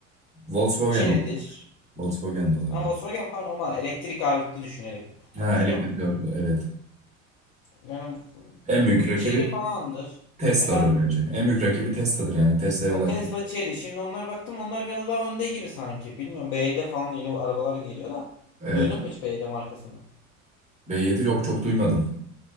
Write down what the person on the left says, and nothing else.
Chery'dir.
Ama Volkswagen falan ama elektrik ağırlıklı düşünerek konuşuyorum.
Yani
bu-
Chery falandır.
Efendim?
Ya
Tesla Cherry. Şimdi onlar baktım onlar biraz daha önde gibi sanki. Bilmiyorum BYD falan da yeni bu arabalar geliyor da.
Duydun mu hiç BYD markasını?